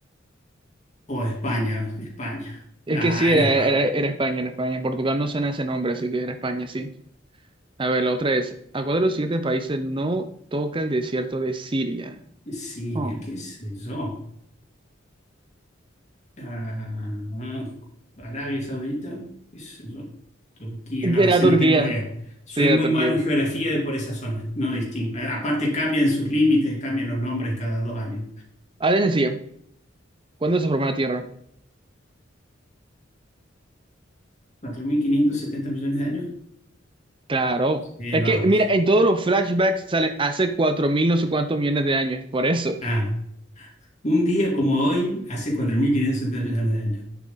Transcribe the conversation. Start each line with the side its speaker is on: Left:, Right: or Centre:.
Left: o España, España.
Right: Es
Left: Ah,
Right: que sí,
Left: era
Right: era,
Left: España.
Right: era, era España, era España. En Portugal no suena ese nombre, así que era España, sí. A ver, la otra es, ¿a cuál de los siguientes países no toca el desierto de Siria?
Left: Siria,
Right: Oh.
Left: qué sé yo. Ah, Arabia Saudita, qué sé yo. Turquía,
Right: Era
Left: no, ese
Right: Turquía.
Left: no tengo idea. Soy
Right: Sí, era
Left: muy
Right: Turquía.
Left: malo en geografía de por esa zona, no distingo. Eh, Aparte cambian sus límites, cambian los nombres cada dos años.
Right: Ahora es sencilla. ¿Cuándo se formó la Tierra?
Left: Cuatro mil quinientos setenta millones de años?
Right: Claro.
Left: Sí,
Right: Es
Left: vamos.
Right: que, mira, en todos los flashbacks sale hace cuatro mil no sé cuántos millones de años. Por eso.
Left: Ah, un día como hoy, hace 4.570 millones de años.